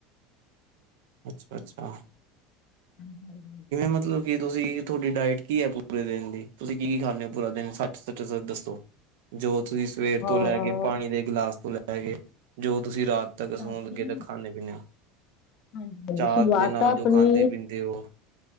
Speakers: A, on the right; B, on the left.
A: ਅੱਛਾ- ਅੱਛਾ।
B: <inaudible>
A: ਮਤਲਬ ਕਿ ਤੁਸੀਂ ਤੁਹਾਡੀ ਡਾਇਟ ਕੀ ਹੈ ਪੂਰੇ ਦਿਨ ਦੀ, ਤੁਸੀਂ ਕੀ- ਕੀ ਖਾਂਦੇ ਹੋ ਪੂਰਾ ਦਿਨ, ਸੱਚ ਸੱਚ ਦੱਸੋ? ਜੋ ਤੁਸੀਂ ਸਵੇਰ
B: ਹਾਂ
A: ਤੋਂ ਲੈ ਕੇ, ਪਾਣੀ ਦੇ ਗਿਲਾਸ ਤੋਂ ਲੈ, ਕੇ ਜੋ ਤੁਸੀਂ ਰਾਤ ਤੱਕ
B: ਸਟਾਰਟਿੰਗ
A: ਸੌਣ ਲੱਗੇ ਤਾਂ ਖਾਂਦੇ- ਪੀਦੇ ਹੋ,
B: ਹਾਂਜੀ
A: ਚਾਹਅ
B: ਸ਼ੁਰੂਆਤ
A: ਦੇ ਨਾਲ
B: ਤਾਂ
A: ਜੋ
B: ਆਪਣੀ
A: ਖਾਂਦੇ- ਪੀਂਦੇ ਉਹ।